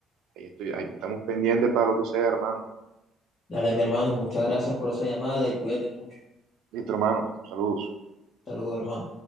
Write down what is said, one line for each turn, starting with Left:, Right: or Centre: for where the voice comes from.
Right: ahí estoy, ahí estamos pendientes para lo que sea, hermano.
Left: Dale, mi hermano, muchas gracias por esa llamada y cuídate mucho.
Right: Listo, hermano. Saludos.
Left: Saludos, hermano.